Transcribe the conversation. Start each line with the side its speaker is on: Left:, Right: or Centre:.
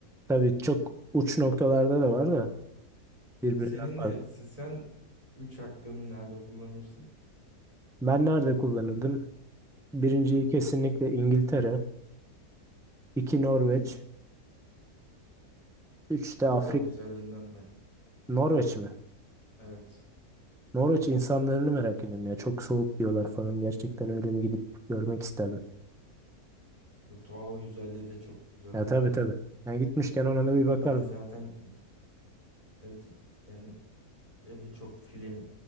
Centre: Tabii çok uç noktalarda da var da birbirinden
Left: Seninle
Centre: farklı.
Left: sen 3 hakkını nerede kullanırsın?
Centre: Ben nerede kullanırdım? Birinciyi kesinlikle İngiltere, iki Norveç,
Left: Hı,
Centre: üç de Afrik.
Left: Doğal güzelliğinden mi?
Centre: Norveç mi?
Left: Evet.
Centre: Norveç insanlarını merak ediyorum ya. Çok soğuk diyorlar falan. Gerçekten öyle mi gidip görmek isterdim.
Left: Bu Doğal güzelliği de çok güzel
Centre: Ya
Left: ama
Centre: tabii
Left: oranın.
Centre: tabii. Yani gitmişken ona da bir bakarım.
Left: Hani zaten evet, yani E birçok film,